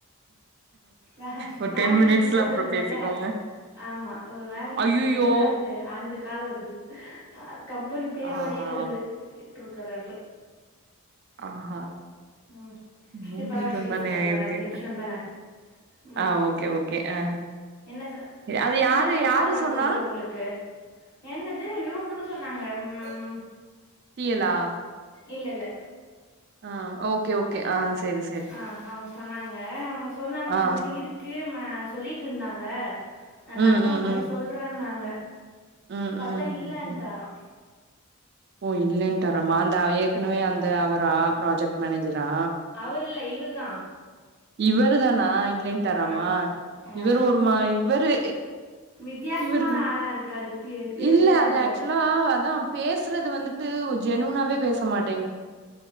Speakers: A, on the left; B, on the right.
A: வே
B: ஒரு
A: வேலைக்கு
B: டென் மினிட்ஸ்ல
A: போட்டிருந்தேல
B: அப்பறோ பேசிக்கோங்க
A: ஆமா ஒரு வேலைக்கு
B: ஐயயோ
A: போட்டிருந்தல்ல அந்து அந்து கால் வருது அ கம்பனி பேரோடேயே
B: ஆஹா
A: வருது ட்ருகாலர்ல
B: ஆஹா
A: ம்
B: மூணு
A: சரி பரவாயில்ல
B: நிம்ஷா
A: பேசிக்கலாம்
B: தானே ஆயிருக்கு
A: இன்னும் ஒரு அஞ்சு நிமிஷம் தானே ம்
B: ஆ ஓகே ஓகே ஆ
A: என்ன ச
B: சரி. அது
A: என்ன
B: யாரு
A: மாரி
B: யாரு
A: சாப்பாடு
B: சொன்னா
A: புடிக்கு உங்ளுக்கு என்னது இவங்கதா சொன்னாங்க ம்
B: டீ எல் லா
A: இல்லல்ல
B: ஆ ஓகே ஓகே ஆ செரி
A: ஆ அவுங்க சொன்னாங்க அவுங்க சொன்னாங்க இந்த
B: ஆ
A: மாரி இருக்கு ம சொல்லிட்ருந்தாங்க நா
B: ம்
A: கன்பார்ம்
B: ம்
A: பண்ணி
B: ம்
A: சொல்றன்னாங்க
B: ம்
A: பாத்தா
B: ம்
A: இல்லன்ட்டாரா
B: அப்படி ஓ இல்லன்ட்டாரமா அந்த ஏற்கனவே அந்த அவரா ப்ராஜெக்ட் மேனேஜரா
A: அவரு இல்ல இவுரு தா
B: இவரு தானா இல்லேண்டாராம
A: ஆ
B: இவர்
A: ஆமாம்
B: ஒரு மா இவரு
A: வித்தியாசமான
B: இவரு
A: ஆளாக இருக்கார் பி பிறவியாக
B: இல்ல அது
A: இருக்கார்
B: ஆக்சுவலா அதா பேசறது வந்துட்டு ஜெனுன்னாவே பேசமாட்